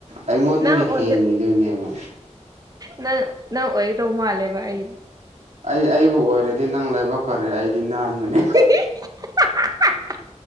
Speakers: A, on the right; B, on the right.
A: ꯑꯩꯉꯣꯟꯗꯥꯒꯤ
B: ꯅꯪ ꯑꯣꯏ
A: ꯍꯦꯟꯒꯤꯗꯣꯏꯅꯦꯕ
B: ꯅꯪ ꯅꯪ ꯑꯣꯏꯒꯗꯧ ꯃꯥꯂꯦꯕ ꯑꯩ
A: ꯑꯩ ꯑꯩꯕꯨ ꯑꯣꯏꯔꯗꯤ ꯅꯪ ꯂꯥꯏꯕꯛ ꯐꯔꯑꯦ ꯑꯩꯗꯤ ꯅꯍꯟꯕꯅꯤ
B: <unintelligible>